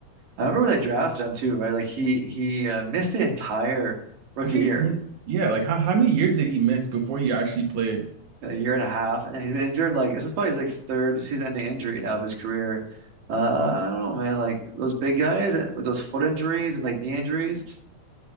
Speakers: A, on the right; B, on the right.
A: I remember when they drafted him too, right? Like he he uh, missed the entire rookie
B: I think
A: year.
B: he missed yeah, like how, how many years did he miss before he actually played?
A: a year and a half, and he's been injured. Like this is probably his like third season-ending injury now of his career. Uh, I don't know, man. Like those big guys with those foot injuries and like knee injuries,